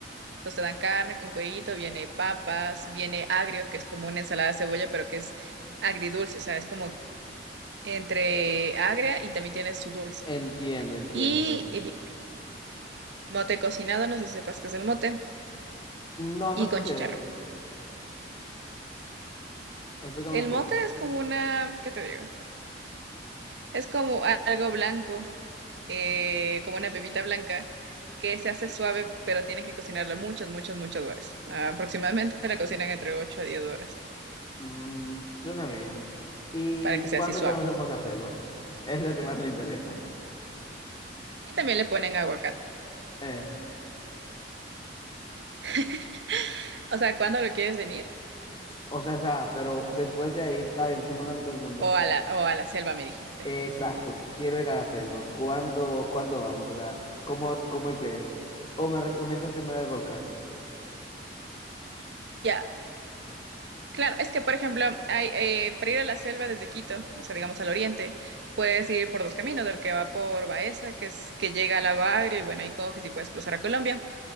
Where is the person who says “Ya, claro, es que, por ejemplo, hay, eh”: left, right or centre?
Right